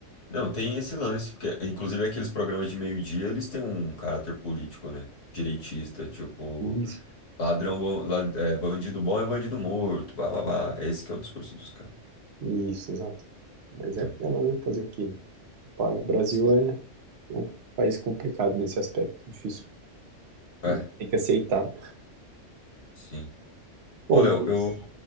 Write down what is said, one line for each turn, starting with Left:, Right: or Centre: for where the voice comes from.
Left: Não, tem esse lance. Porque, inclusive, aqueles programas de meio-dia, eles têm um caráter político, né? Direitista, tipo,
Right: Isso,
Left: ladrão bom, la- é, bandido bom é bandido morto, blá blá blá. Esse que é o discurso dos caras,
Right: isso, exato. Mas
Left: né?
Right: é aquela, né? Fazer o quê? Pá, O Brasil
Left: Sim.
Right: é É um país complicado nesse aspecto, difícil.
Left: É,
Right: A gente tem que aceitar.
Left: sim.
Right: Bom,
Left: Pô, Léo, eu,
Right: mas